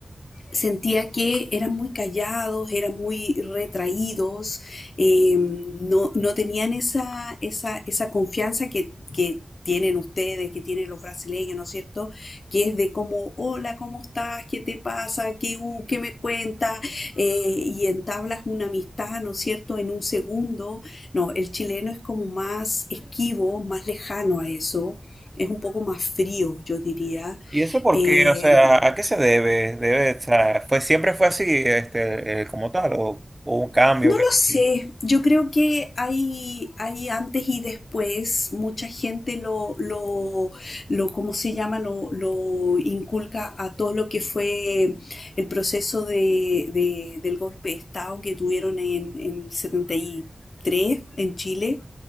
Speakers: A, on the left; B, on the right.
A: sentía que eran muy callados, eran muy retraídos, eh, no, no tenían esa, esa, esa confianza que, que tienen ustedes, que tienen los brasileños, ¿no es cierto? Que es de como, hola, ¿cómo estás? ¿Qué te pasa? ¿Qué, uh, qué me cuentas? Eh, y entablas una amistad, ¿no es cierto? En un segundo. No, el chileno es como más esquivo, más lejano a eso. Es un poco más frío, yo diría.
B: ¿Y eso por
A: Eh,
B: qué? O sea, ¿a qué se debe? Debe, o sea, fue, siempre fue así, este, eh, como tal, o hubo un cambio.
A: No lo sé,
B: ¿Qué?
A: yo creo que hay, hay antes y después, mucha gente lo, lo, lo, ¿cómo se llama? Lo, lo inculca a todo lo que fue el proceso de, de- del golpe de Estado que tuvieron en, en 73 tres en Chile.